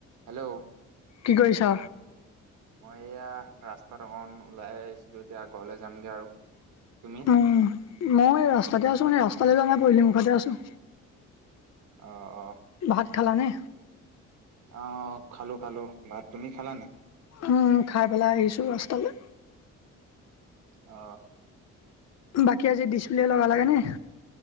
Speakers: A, on the right; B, on the left.
A: হেল্ল'
B: কি কৰিছ
A: মই এয়া ৰাস্তাত অকন ওলাই আহিছিলো এতিয়া ঘৰৰলৈৱ যামগৈ আৰু তুমি
B: উম, মই এই ৰাস্তাতে আছো এ ৰাস্তালৈ যোৱা নাই পদূলি মুখতে আছো
A: অ অ
B: ভাত খালানে
A: অ খালো খালো ভাত তুমি খালা নে
B: উম খাই পেলাই আহিছো ৰাস্তালে
A: অ
B: বাকী আজি ডিছপ্লে লগা লাগেনে